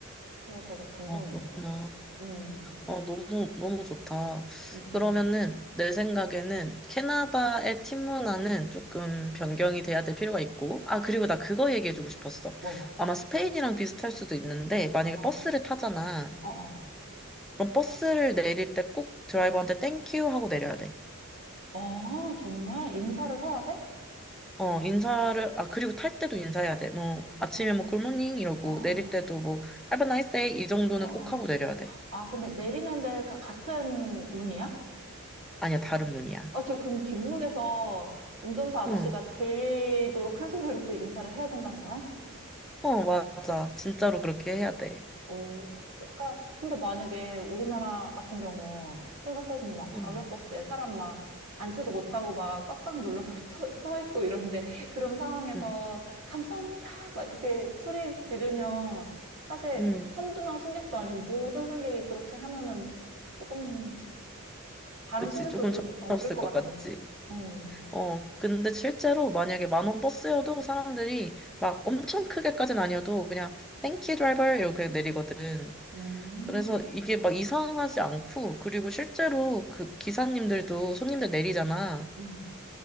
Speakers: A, on the right; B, in the centre.
A: 그거 되게 감동이었어.
B: 아, 그렇구나.
A: 음.
B: 어, 너무, 너무 좋다.
A: 응, 응.
B: 그러면은, 내 생각에는 캐나다의 팀 문화는 조금 변경이 돼야 될 필요가 있고, 아, 그리고 나 그거 얘기해주고 싶었어.
A: 뭐, 뭐.
B: 아마 스페인이랑 비슷할 수도 있는데, 만약에
A: 어, 어,
B: 버스를 타잖아.
A: 어.
B: 그럼 버스를 내릴 때 꼭 드라이버한테 땡큐 하고 내려야 돼.
A: 어, 정말? 인사를 해야 돼?
B: 어, 인사를, 아, 그리고 탈 때도 인사해야 돼. 뭐, 아침에
A: 어,
B: 뭐 굿모닝 이러고,
A: 어, 어,
B: 내릴 때도 뭐, Have a nice day 이 정도는
A: 어, 어.
B: 꼭 하고 내려야 돼.
A: 아, 근데 내리는 데가 같은 문이야?
B: 아니야, 다른 문이야.
A: 아, 저, 그럼 긴 문에서 운전사 아저씨가
B: 응.
A: 들리도록 큰 소리로 그 인사를 해야 된다는 거야?
B: 어, 맞아. 진짜로 그렇게 해야 돼.
A: 어, 약간, 근데 만약에 우리나라 같은 경우, 생각해보면 막 광역버스에
B: 음,
A: 사람 막 앉지도 못하고 막 꽉꽉 눌러서 <laughs> 터- 서 있고 이런데, 그런 상황에서
B: 음,
A: 감사합니다! 막 이렇게 소리 지르면, 사실
B: 음.
A: 한두 명 승객도 아니고 모든 승객이 그렇게 하면은 조금, 다른
B: 그치.
A: 승객도
B: 조금
A: 좀,
B: 정신없을
A: 어, 그럴 것
B: 것
A: 같은데.
B: 같지.
A: 음,
B: 어, 근데 실제로 만약에 만원 버스여도 사람들이 막 엄청 크게까지는 아니어도 그냥 땡큐 드라이버 이렇게 그냥 내리거든.
A: 음,
B: 그래서 이게 막 이상하지 않고 그리고 실제로 그 기사님들도 손님들 내리잖아.
A: 음.